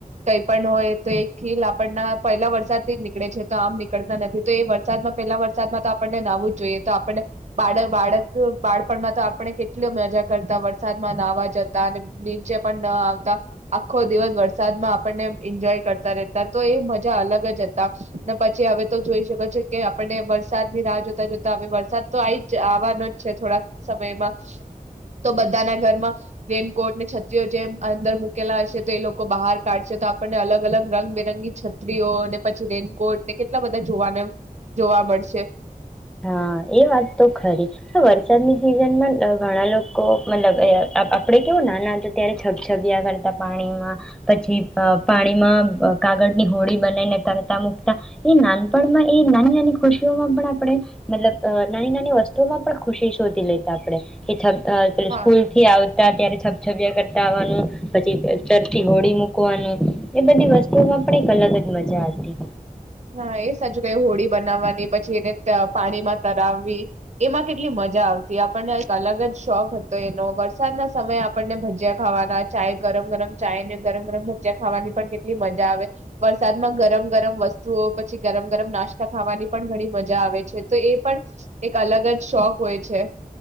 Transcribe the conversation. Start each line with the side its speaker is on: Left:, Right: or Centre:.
Right: કઈ પણ હોય તો એ ખીલ આપણના પહેલા વરસાદથી જ નીકળે છે તો આમ નીકળતા નથી તો એ વરસાદમાં પેલા વરસાદમાં તો આપણને નાહવું જ જોઈએ તો આપણને બાળ બાળક બાળપણમાં તો આપણે કેટલી મજા કરતા વરસાદમાં નાવા જતા અને નીચે પણ ન આવતા આખો દિવસ વરસાદમાં આપણને એન્જોય કરતા રહેતા તો એ મજા અલગ જ હતા અને પછી હવે તો જોઈ શકો છો કે આપણને વરસાદની રાહ જોતા જોતા હવે વરસાદ તો આ ઈ જ આવવાનો જ છે થોડાક સમયમાં તો બધાના ઘરમાં રેનકોટને છત્રીઓ જેમ અંદર મુકેલા હશે તો એ લોકો બહાર કાઢશે તો આપણને અલગ અલગ રંગબેરંગી છત્રીઓ ને પછી રેનકોટ ને કેટલા બધા જોવાના જોવા મળશે
Centre: હા એ વાત તો ખરી તો વરસાદની સિઝનમાં ઘણા લોકો મતલબ એ આ-આપણેે કેવું નાના હતા ત્યારે છબછબીયા કરતા પાણીમાં પછી અ પાણીમાં કાગળની હોડી બનાઈને તરતા મુકતા એ નાનપણમાં એ નાની નાની ખુશીઓમાં પણ આપણે મતલબ નાની નાની વસ્તુઓમાં પણ ખુશી શોધી લેતા આપડે કે જ અ તે
Right: હા
Centre: સ્કૂલ થી આવતા તા ત્યારે છબછબિયા કરતા આવવાનું પછી તરતી હોળી મૂકવાનું એ બધી વસ્તુમાં પણ એક અલગ જ મજા હતી
Right: હા એ સાચું કહ્યુ હોડી બનાવવાની પછી એને ત્યાં પાણીમાં તરાવવી એમાં કેટલી મજા આવતી આપણને અલગ જ શોખ હતો એનો વરસાદના સમયે આપ આપણને ભજીયા ખાવાના ચાય ગરમ ગરમ ચાય ને ગરમ ગરમ ભજિયા ખાવાની પણ કેટલી મજા આવે વરસાદમાં ગરમ ગરમ વસ્તુ પછી ગરમ ગરમ નાસ્તા ખાવાની પણ ઘણી મજા આવે છે તો એ પણ એક અલગ જ શોખ હોય છે.